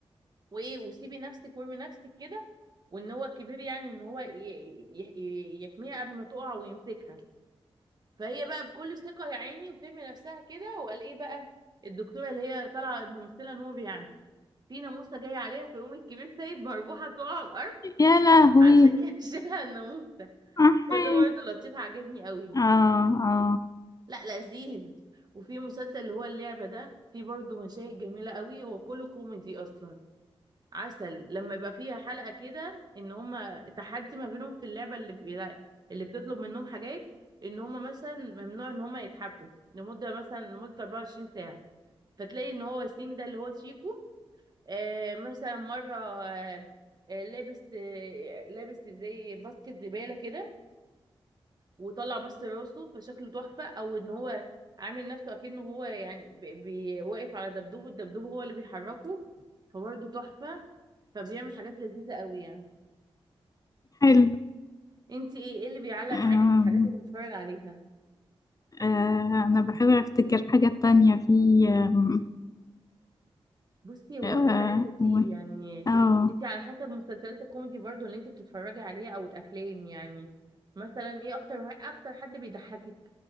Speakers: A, on the right; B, on the left.
A: وايه وسيبي نفسك وارمي نفسك كده وان هو كبير يعني ان هو ي- ي- ي- يحميها قبل ما تقع ويمسكها فهي بقى بكل ثقة يا عيني وترمي نفسها كده وقال ايه بقى الدكتورة اللي هي طالعة الممثلة نور يعني في ناموسة جاية عليها فيقوم الكبير سايب مربوحة تقع على الأرض
B: يا لهوي
A: عشان <laughs> يشيلها الناموسة
B: احي
A: فده برضه لطيف عجبني قوي
B: اه اه
A: لا لذيذ وفي مسلسل اللي هو اللعبة ده في برضه مشاهد جميلة قوي هو كله كوميدي أصلا عسل لما يبقى فيها حلقة كده إن هما تحدي ما بينهم في اللعبة اللي بي... اللي بتطلب منهم حاجات إن هما مثلا ممنوع إن هما يتحكوا لمدة مثلا لمدة 24 ساعة فتلاقي إن هو سيم ده اللي هو شيكو آه مثلا مرة آه آه، لابس آه لابس زي باسكت زبالة كده وطلع بس راسه فشكله تحفة او ان هو عامل نفسه اكنه هو يعني بي بي- واقف على دبدوب والدبدوب هو اللي بيحركه فبرضه تحفة فبيعمل حاجات لذيذة قوي يعني
B: حلو
A: انت ايه ايه اللي بيعلق
B: أم...
A: معاكي في الحاجات اللي بتتفرج عليها
B: آه انا بحاول افتكر حاجة تانية في أم...
A: بصي هو
B: اه
A: في حاجات كتير
B: و-
A: يعني
B: آه.
A: انت على حسب مسلسلات الكوميدي برضه اللي انت بتتفرجي عليها او الافلام يعني مثلا ايه اكتر وا- اكتر حد بيضحكك